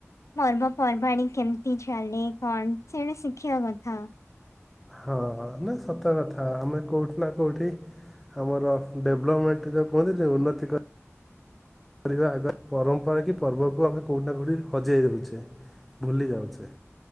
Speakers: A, on the left (about 80°); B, in the centre.
A: ପର୍ବପର୍ବାଣି କେମିତି ଚାଲେ, କଣ ସେଇଟା ଶିଖିବା କଥା।
B: ହଁ ନା ସତ କଥା ଆମେ କୋଉଠି ନା କୋଉଠି ଆମର ଡେବ୍ଲମେଣ୍ଟ ଯୋଉ କୁହନ୍ତିନି ଉନ୍ନତି ପରିବା ଆଗ ରେ ପରମ୍ପରା କି ପର୍ବକୁ ଆମେ କୋଉଠି ନା କୋଉଠି ହଜେଇ ଦେଉଛେ, ଭୁଲି ଯାଉଛେ।